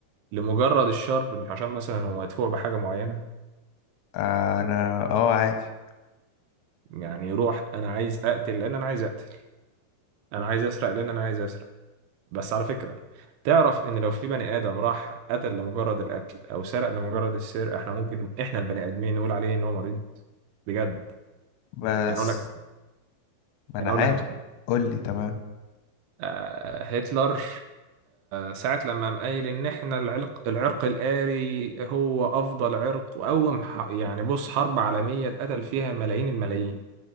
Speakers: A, on the right; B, on the left.
A: لمجرد الشر مش عشان مثلا هو مدفوع بحاجة معينة
B: آه أنا أه عادي
A: يعني يروح أنا عايز أقتل لأن أنا عايز أقتل أنا عايز أسرق لأن أنا عايز أسرق بس على فكرة تعرف إن لو في بني آدم راح قتل لمجرد القتل أو سرق لمجرد السرقة إحنا ممكن إحنا البني آدمين نقول عليه إن هو مريض بجد
B: بس
A: يعني أقول لك
B: ما
A: يعني
B: أنا
A: أقول
B: عارف
A: لك على حاجة
B: قول لي تمام
A: آه، هتلر ساعة لما قام قايل ان احنا العرق العرق الآري هو افضل عرق واول ح- يعني بص حرب عالمية اتقتل فيها ملايين الملايين